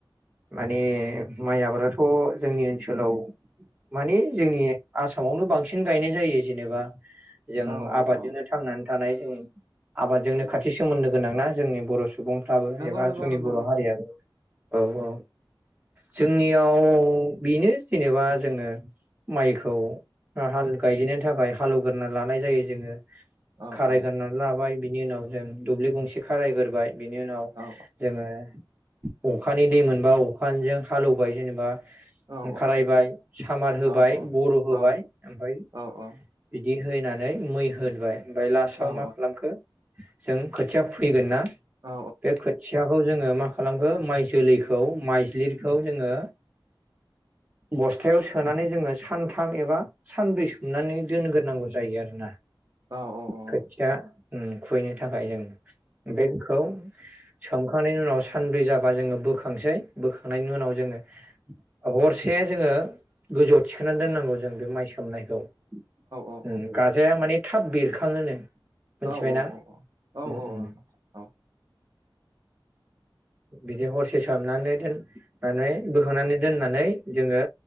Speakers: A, on the right; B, on the right.
A: माने माइ आबादथ' जोंनि ओनसोलाव माने जोंनि आसामावनो बांसिन गायनाय जायो जेनेबा। जों
B: औ औ
A: आबादजोंनो
B: औ
A: थांनानै। थानाय जायो आबादजोंनो खाथि सोमोन्दो गोनां ना जोंनि बर' सु सुबुंफ्राबो
B: नंगौ
A: एबा
B: नंगौ
A: जोंनि
B: नंगौ
A: बर'
B: नोंथां
A: हारियाबो औ औ जोंनियाव बेनो जेनेबा जोङो माइखौ। खौ हाल गायजेननो थाखाय हालेवगोरना लानाय जायो जोङो।
B: औ
A: खारायगारनानै
B: औ
A: लाबाय। बिनि उनाव जों दुब्लि गंसे खारायगोरोबाय बिनि उनाव
B: औ
A: जोङो अखानि दै मोनबा अखानिजों हालौवबाय जेनेबा।
B: औ
A: खारायबाय सामार होबाय।
B: औ
A: बर' होबाय
B: औ
A: ओमफ्राय
B: औ औ
A: बिदि। दि होनानै मै होबाय ओमफ्राय लासाव
B: औ
A: मा खालामखो। जों खोथिया खुबैगोन ना।
B: औ
A: बे खोथियाखौ जोङो। मा खालामखौ माइ जोलैखौ मायज्लिखौ जोङो बस्थायाव सोनानै जोङो सा सानथाम एबा सानब्रै सोमनानै दोनग्रोनांगौ जायो आरोना।
B: औ
A: खोथिया
B: औ
A: खुबैनो थाखाय जों बेखौ सोमखांनायनि उनाव सानब्रै जाबा जोङो बोखांसै बो बोखांनायनि उनाव जोङो। हरसे जोङो गोजौआव थि सोना दोननांगौ जों बे माइ सोमनायखौ ओ
B: औ औ
A: गाजाया माने थाब बेरखाङोनो मोनथिबायना
B: औ औ औ औ औ
A: उम
B: औ औ
A: उम
B: औ
A: बिदि हरसे सोमनानै दोन माने बोखांनानै दोननानै जोङो